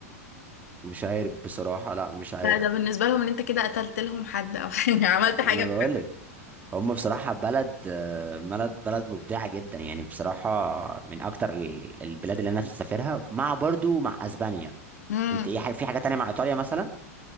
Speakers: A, on the right; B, on the left.
A: مش عارف بصراحة لا مش عارف
B: ده ده بالنسبه لهم ان انت كده قتلت لهم حد او حاجه <laughs> عملت حاجه
A: انا بقول لك هم بصراحة بلد آه، بلد بلد مبدعة جدا يعني بصراحة من اكتر ال- البلاد اللي انا نفسي اسافرها مع برضو مع اسبانيا
B: بحد
A: انت ايه ح- في حاجة تانية مع ايطاليا مثلا